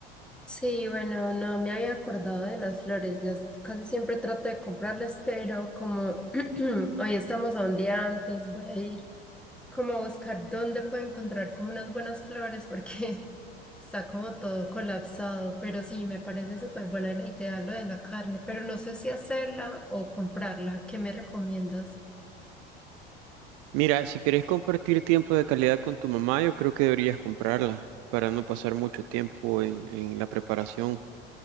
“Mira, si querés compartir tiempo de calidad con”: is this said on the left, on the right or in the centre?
Right